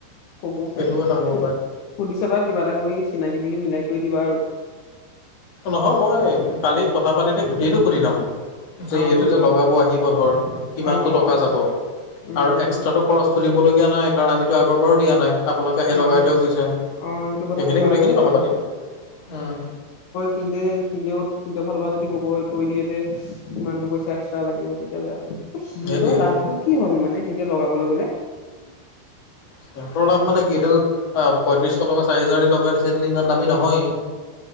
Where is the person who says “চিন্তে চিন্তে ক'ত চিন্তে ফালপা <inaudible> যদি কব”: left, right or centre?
Left